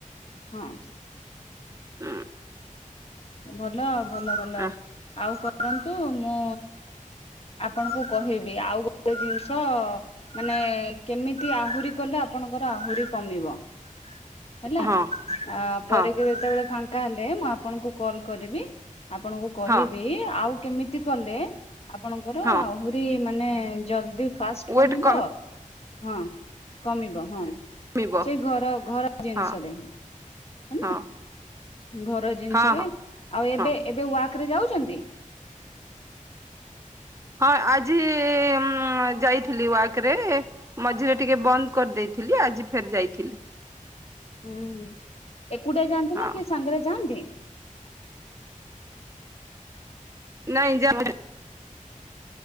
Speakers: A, on the left; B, on the right.
A: ହଁ।
B: ଉଁ।
A: ଭଲ ଆଉ ଭଲ ଭଲ
B: ହଁ
A: ଆଉ କରନ୍ତୁ ମୁଁ ଆପଣଙ୍କୁ କହିବି ଆଉ ଗୋଟେ ଜିନିଷ ମାନେ କେମିତି ଆହୁରି କଲେ ଆପଣଙ୍କର ଆହୁରି କମିବ। ହେଲା
B: ହଁ
A: ଆ ପରେ
B: ହଁ
A: କେ ଯେତେବେଳେ ଫାଙ୍କା ହେଲେ ମୁଁ ଆପଣଙ୍କୁ କଲ କରିବି ଆପଣଙ୍କୁ କହିବି
B: ହଁ
A: ଆଉ କେମିତି କଲେ ଆପଣଙ୍କର
B: ହଁ
A: ଆହୁ ରି ମାନେ ଜଲଦି ଫାଷ୍ଟ
B: ୱେଟ
A: କମିବ ହଁ କମିବ ହଁ।
B: କମିବ
A: ସେଇ ଘର ଘର ଜିନିଷରେ
B: ହଁ
A: ହିଁ। ହେଲା
B: ହଁ।
A: ଘର ଜିନିଷରେ
B: ହଁ ହଁ
A: ଆଉ ଏବେ
B: ହଁ
A: ଏବେ ୱାକ ରେ ଯାଉଛନ୍ତି।
B: ହଁ ଆଜି ଉଁ ଯାଇଥିଲି ୱାକ ରେ ମଝିରେ ଟିକେ ବନ୍ଦ କରିଦେଇଥିଲି ଆଜି ଫେର ଯାଇଥିଲି।
A: ଉଁ ହୁଁ ଏକୁଟଆ ଯାଆନ୍ତି
B: ହଁ
A: ନା କିଏ ସାଙ୍ଗରେ ଯାଆନ୍ତି?
B: ନାଇଁ ଯାଉ <unintelligible>